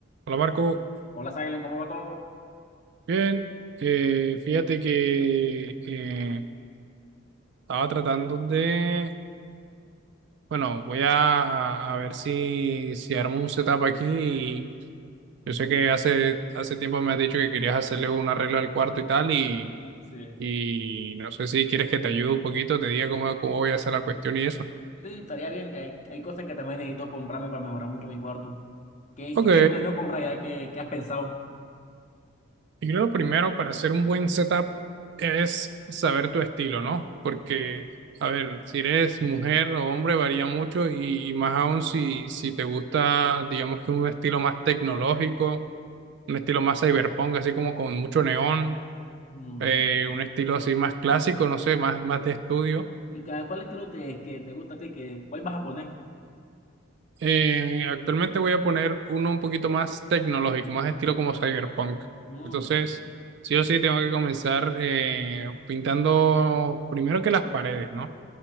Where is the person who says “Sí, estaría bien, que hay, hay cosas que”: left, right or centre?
Left